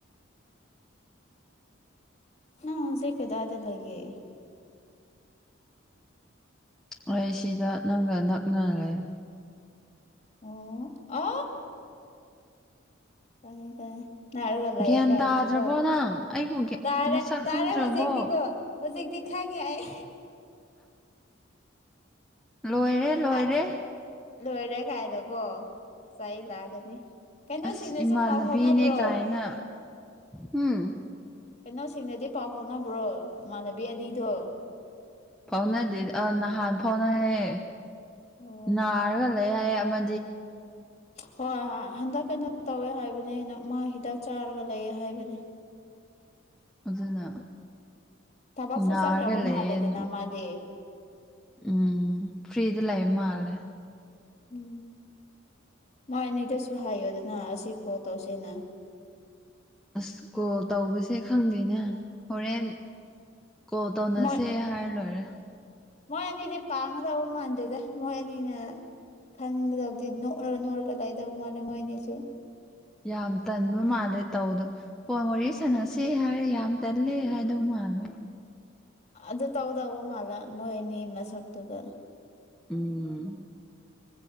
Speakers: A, on the left; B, in the centre.
A: ꯅ ꯍꯧꯦ ꯀꯗꯥꯗ ꯂꯩꯒꯦ
B: ꯑꯩ ꯁꯤꯗ ꯅꯪꯒ ꯅꯛꯅ ꯂꯩ
A: ꯑꯣ ꯑ ꯀꯥꯏꯉꯦ ꯀꯥꯏꯦ ꯅꯅꯥꯔꯒꯂꯑ
B: ꯒ꯭ꯌꯥꯟ
A: ꯀꯥꯏꯅ
B: ꯇꯥꯗ꯭ꯔꯕꯣ
A: ꯀꯣ
B: ꯅꯪ ꯑꯩꯕꯨ
A: ꯇꯔꯦ
B: ꯃꯁꯛ
A: ꯇꯔꯦ
B: ꯈꯪꯗ꯭ꯔꯕꯣ
A: ꯍꯧꯖꯤꯦꯗꯤ ꯀꯣ ꯍꯧꯖꯤꯛꯇꯤ ꯈꯪꯉꯦ ꯑꯩ
B: ꯂꯣꯏꯔꯦ ꯂꯣꯏꯔꯦ
A: ꯑꯩ ꯂꯣꯏꯔꯦ ꯀꯥꯏꯅꯀꯣ ꯆ ꯂꯥꯛꯑꯒꯅꯤ ꯀꯩꯅꯣꯁꯤꯡꯅꯁꯨ
B: ꯑꯁ ꯏꯃꯥꯟꯅꯕꯤꯅꯦ
A: ꯄꯥꯎ ꯐꯥꯎꯅꯕ꯭ꯔꯣ
B: ꯀꯥꯏꯅ ꯎꯝ
A: ꯀꯩꯅꯣꯁꯤꯡꯅꯗꯤ ꯄꯥꯎ ꯐꯥꯎꯅꯕ꯭ꯔꯣ ꯏꯃꯥꯟꯅꯕꯤ ꯑꯅꯤꯗꯣ
B: ꯐꯥꯎꯅꯗꯦ ꯑ ꯅꯍꯥꯟ ꯐꯥꯎꯅꯌꯦ
A: ꯑꯣ
B: ꯅꯥꯔꯒ ꯂꯩ ꯍꯥꯏꯌꯦ ꯃ
A: ꯍꯣꯏ ꯍꯣꯏ ꯍꯟꯗꯛ ꯀꯩꯅꯣ ꯇꯧꯋꯦ ꯍꯥꯏꯕꯅꯦ ꯑꯩꯅ ꯃꯥ ꯍꯤꯗꯥꯛ ꯆꯥꯔꯒ ꯂꯩꯌꯦꯦ ꯍꯥꯏꯕꯅꯦ
B: ꯑꯗꯨꯅ
A: ꯊꯕꯛꯁꯨ
B: ꯅꯥꯔꯒ
A: ꯆꯠꯇ꯭ꯔꯕ
B: ꯂꯩꯌꯦ
A: ꯃꯥꯜꯂꯦꯗꯅ
B: ꯑꯗꯨꯝ
A: ꯃꯥꯗꯤ
B: ꯎꯝ ꯐ꯭ꯔꯤꯖ ꯂꯩꯌꯦ ꯃꯥꯂꯦ
A: ꯎꯝ ꯃꯣꯏ ꯑꯅꯤꯗꯨꯁꯨ ꯍꯥꯏꯌꯣꯗꯅ ꯑꯁꯤ ꯀꯣꯜ ꯇꯧꯁꯦꯅ
B: ꯑꯁ ꯀꯣꯜ ꯇꯧꯕꯁꯦ ꯈꯪꯗꯦꯅꯦ ꯍꯣꯔꯦꯟ ꯀꯣꯜ ꯇꯧꯅꯁꯦ
A: ꯃꯣꯏ
B: ꯍꯥꯏꯔ ꯂꯣꯏꯔꯦ
A: ꯃꯣꯏ ꯑꯅꯤꯗꯤ ꯄꯥꯝꯃ ꯇꯧꯕ ꯃꯥꯟꯗꯦꯗ ꯃꯣꯏ ꯑꯅꯤꯅ ꯈꯪꯗꯤ ꯅꯔ ꯅꯔꯒ ꯂꯗ ꯃꯥꯦ ꯃꯣꯏꯅꯤꯁꯨ
B: ꯌꯥꯝ ꯇꯟꯕ ꯃꯥꯜꯂꯦ ꯇꯧꯗꯣ ꯐꯣꯟ ꯋꯥꯔꯤ ꯁꯥꯟꯅꯁꯦ ꯍꯥꯏꯔꯦ ꯌꯥꯝ ꯇꯜꯂꯦ ꯍꯥꯏꯗꯧ ꯃꯥꯜꯂꯦ ꯃꯥꯅ
A: ꯑꯗꯨ ꯇꯧꯗꯕ ꯃꯥꯂ ꯃꯣꯍꯤꯅꯤ ꯃꯁꯛ ꯇꯒ
B: ꯎꯝ